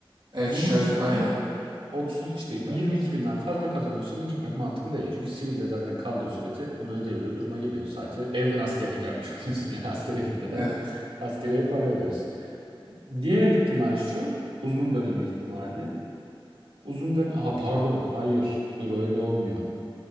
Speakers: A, on the right (about 60°); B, on the right (about 80°).
A: Evet
B: Bunun
A: şöyle
B: üstüne
A: aynen.
B: 30 işte
A: Evet.
B: 22 binden fazla kazanıyorsan da gitmek mantıklı değil. Çünkü sivilde zaten kaldığın sürece bunu ödeyebilir duruma geliyorsun. Sadece evden askerlik yapmış <laughs> oluyorsun. Yani askere gitmeden
A: Evet.
B: askereye para ödüyorsun. Diğer ihtimal şu uzun dönem ihtimali. Uzun dönem... Aha pardon. Hayır. Dur öyle olmuyor.